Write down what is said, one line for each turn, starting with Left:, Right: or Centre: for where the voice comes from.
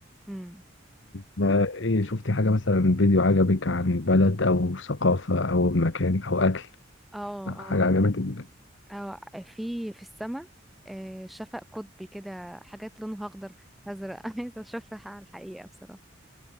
Centre: امم
Left: ده ايه شفتي حاجة مثلا فيديو عجبك عن بلد أو ثقافة أو مكان أو أكل
Centre: اه
Left: حاجة
Centre: اه
Left: عجبتك
Centre: اه في في السماء آه، شفق قطبي كده حاجات لونها اخضر ازرق <laughs> انا عايزه اشوفها على الحقيقه بصراحه